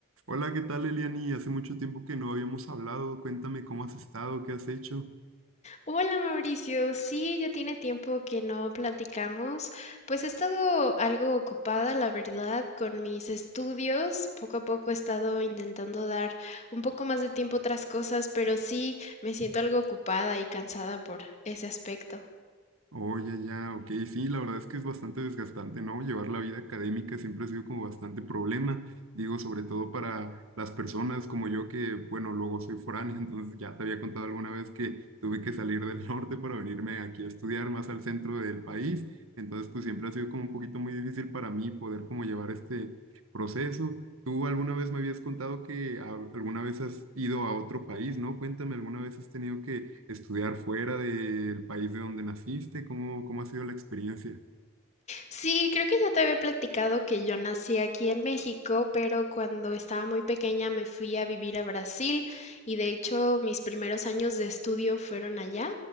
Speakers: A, on the right; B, on the left.
A: Hola, ¿qué tal, Eliani? Hace mucho tiempo que no habíamos hablado. Cuéntame cómo has estado, qué has hecho.
B: Hola Mauricio, sí, ya tiene tiempo que no platicamos. Pues he estado algo ocupada, la verdad, con mis estudios. Poco a poco he estado intentando dar un poco más de tiempo a otras cosas, pero sí me siento algo ocupada y cansada por ese aspecto.
A: Oye, ya, ok, sí, la verdad es que es bastante desgastante, ¿no? Llevar la vida académica siempre ha sido como bastante problema, digo, sobre todo para las personas como yo que, bueno, luego soy foráneo, <laughs> entonces ya te había contado alguna vez que tuve que salir del norte para venirme aquí a estudiar más al centro del país, entonces pues siempre ha sido como un poquito muy difícil para mí poder como llevar este proceso. Tú alguna vez me habías contado que a- alguna vez has ido a otro país, ¿no? Cuéntame, ¿alguna vez has tenido que estudiar fuera del país de donde naciste? ¿Cómo, cómo ha sido la experiencia?
B: Sí, creo que ya te había platicado que yo nací aquí en México, pero cuando estaba muy pequeña me fui a vivir a Brasil y de hecho mis primeros años de estudio fueron allá.